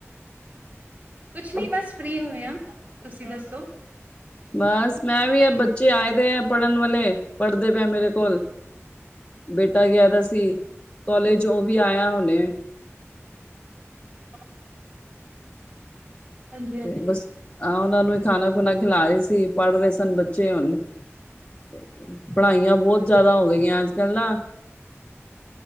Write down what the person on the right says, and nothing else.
ਕੁਛ ਨੀ ਬਸ ਫਰੀ ਹੋਏ ਆਂ, ਤੁਸੀਂ ਦੱਸੋ।
<inaudible> ਹਾਂਜੀ ਹਾਂਜੀ